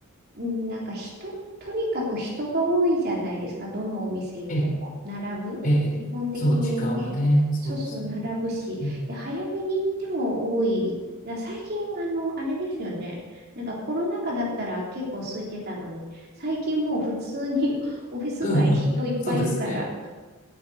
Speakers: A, on the right (about 50°); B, on the left (about 40°).
A: なんか人、とにかく人が多いじゃないですか、どのお店行っても。
B: ええ、
A: 並ぶ。
B: ええ、
A: 基本的にね、
B: ええそう、時間はね、そうですね。
A: そうそう、並ぶし。
B: うん
A: で、早めに行っても多い。だ最近、あの、あれですよね。なんかコロナ禍だったら結構空いてたのに、最近もう普通に <laughs> オフィス街人いっぱいいるから、
B: うんうん。そうですね。